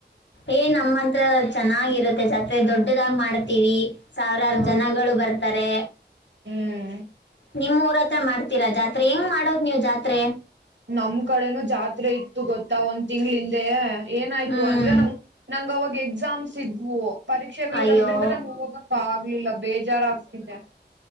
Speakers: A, on the left; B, on the right.
A: ಏ ನಮ್ಮತ್ರ ಚೆನ್ನಾಗಿರುತ್ತೆ ಜಾತ್ರೆ ದೊಡ್ಡದಾಗಿ ಮಾಡ್ತೀವಿ ಸಾವಿರಾರು
B: ಹ್ಮ್
A: ಜನಗಳು ಬರ್ತಾರೆ
B: ಹ್ಮ್
A: ನಿಮ್ ಊರ ಹತ್ರ ಮಾಡ್ತೀರಾ ಜಾತ್ರೆ ಹೆಂಗ್ ಮಾಡೋದ್ ನೀ್ ಜಾತ್ರೆ
B: ನಮ್ ಕಡೆನೂ ಜಾತ್ರೆ ಇತ್ತು ಗೊತ್ತಾ ಒಂದ್ ತಿಂಗ್ಳ ಹಿಂದೇ ಏನಾಯ್ತು
A: ಹ್ಮ್
B: ಅಂದ್ರೆ ನಮ ನಂಗ್ ಅವಾಗ ಎಕ್ಸಾಮ್ಸ್ ಇದ್ವು ಪರೀಕ್ಷೆಗಳಿ
A: ಅಯ್ಯೋ
B: ಇರೋದ್ರಿಂದ ನಾನು ಹೋಗಕ್ಕ ಆಗ್ಲಿಲ್ಲ ಬೇಜಾರುಾಗಗ್ತಿದೆೆ